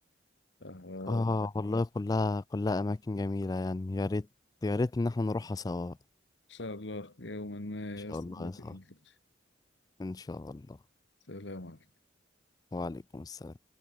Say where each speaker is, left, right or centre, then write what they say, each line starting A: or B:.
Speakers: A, on the left; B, on the left.
A: آه،
B: اه والله كلها كلها اماكن جميلة يعني يا ريت يا ريت ان احنا نروحها سوا ان
A: ان شاء الله يوما ما
B: شاء
A: يصل
B: الله
A: بك
B: يا صاحبي
A: الانكار
B: ان شاء الله
A: سلام عليكم
B: وعليكم السلام